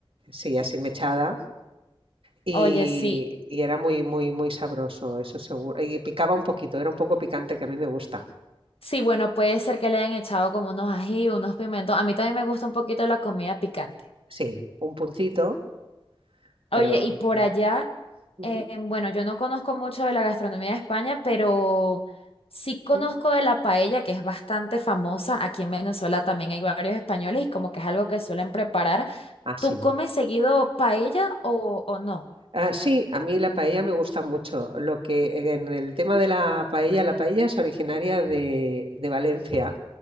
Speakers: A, on the right; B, on the left.
A: sí, así mechada. y,
B: oye, sí.
A: y era muy, muy, muy sabroso, eso seguro. Y picaba un poquito, era un poco picante que a mí me gusta.
B: Sí, bueno, puede ser que le hayan echado como unos ají, unos pimentos. A mí también me gusta un poquito la comida picante.
A: Sí, un puntito, pero
B: Oye, y por
A: sí.
B: allá,
A: Ujú,
B: eh, bueno, yo no conozco mucho de la gastronomía de España, pero sí conozco
A: ujú.
B: de la paella, que es bastante famosa. Aquí en Venezuela también hay varios españoles y como que es algo que suelen preparar.
A: Ah, sí.
B: ¿Tú comes seguido paella o, o no?
A: Ah, sí, a mí la paella me gusta mucho. Lo que en el tema de la paella, la paella es originaria de, de Valencia.